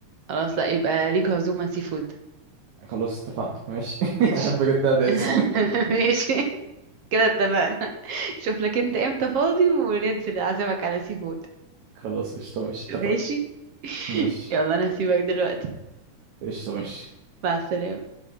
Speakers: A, on the right; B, on the right.
A: خلاص لا يبقى ليك عزومة سي فود
B: خلاص اتفقنا ماشي
A: ماشي
B: <laughs> احب جدا اتعزم
A: <laughs> ماشي كده اتفقنا شوف لك انت امتى فاضي وننزل اعزمك على سي فود
B: <laughs> خلاص قشطة ماشي اتفقنا
A: ماشي
B: ماشي
A: يلا انا هسيبك دلوقتي
B: قشطة ماشي
A: مع السلامة